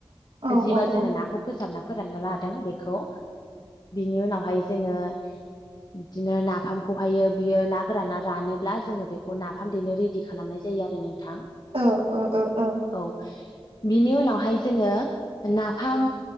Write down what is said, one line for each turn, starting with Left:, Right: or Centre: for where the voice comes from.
Right: औ औ
Left: जिबा जोङो
Right: औ
Left: नाखौ फोसाबना फोराननो लादों बेखौ बिनि उनावहाय जोङो बिदिनो नाफामखौहायो बियो ना गोराना रानोब्ला जोङो बेखौ नाफाम देनो रेडि खालाम आरो नोंथां
Right: औ
Left: औ बिनि उनावहाय जोङो नाफाम